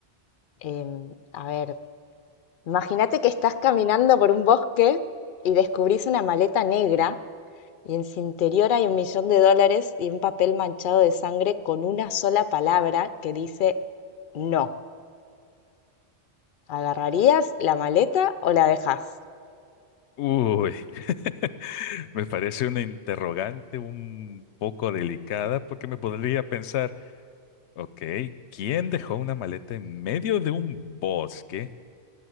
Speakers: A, on the left; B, on the left.
A: Em, a ver. Imagínate que estás caminando por un bosque y descubrís una maleta negra y en su interior hay un millón de dólares y un papel manchado de sangre con una sola palabra que dice no. ¿Agarrarías la maleta o la dejás?
B: Uy, <laughs> me parece una interrogante un poco delicada porque me podría pensar, ok, ¿quién dejó una maleta en medio de un bosque